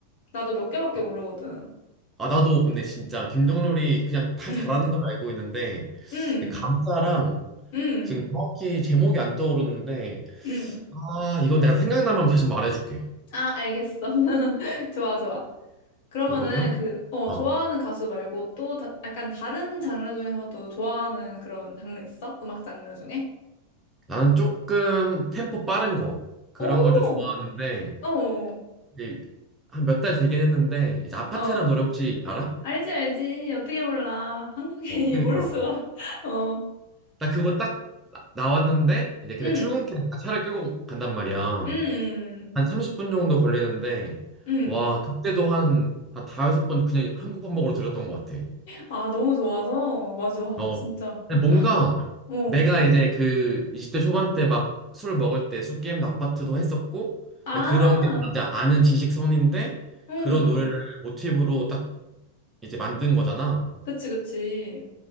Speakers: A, on the left (about 50°); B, on the right (about 15°).
A: 나도 몇 개밖에
B: 아,
A: 모르거든.
B: 아, 나도 근데 진짜 김동률이 그냥 다
A: 음,
B: 잘하는 걸 알고 있는데,
A: 음,
B: 근데 감사랑
A: 음,
B: 지금 정확히 제목이 안 떠오르는데,
A: 음.
B: 아, 이건 내가 생각나면 다시 말해줄게.
A: 아, 알겠어. <laughs> 좋아, 좋아. 그러면은
B: 그러면,
A: 그, 어,
B: 어,
A: 좋아하는 가수 말고 또 다, 약간 다른 장르 중에서도 좋아하는 그런 장르 있어? 음악 장르 중에?
B: 나는 조금 템포 빠른 거, 그런
A: 오!
B: 걸 좀 좋아하는데,
A: 어,
B: 이제 한 몇 달 되긴 했는데, 이제 아파트란
A: 어.
B: 노래 혹시 알아?
A: 알지, 알지. 어떻게 몰라. 한국인이
B: 어, 그니까.
A: 모를 수가. <laughs> 어.
B: 나 그거 딱 나, 나왔는데, 이제 그때
A: 음,
B: 출근길에 차를 끌고 간단 말이야.
A: 음,
B: 한 30분 정도 걸리는데,
A: 음.
B: 와, 그때도 한, 한 다섯 번 그냥 한국 반복으로 들었던 것 같아.
A: 아, 너무 좋아서. 맞아,
B: 어,
A: 진짜.
B: 근데 뭔가
A: 어.
B: 내가 이제 그 20대 초반 때 막 술 먹을 때 술 게임도 아파트도 했었고,
A: 아,
B: 근데 그런 게 진짜 아는 지식선인데,
A: 음.
B: 그런 노래를 모티브로 딱 이제 만든 거잖아.
A: 그치, 그치.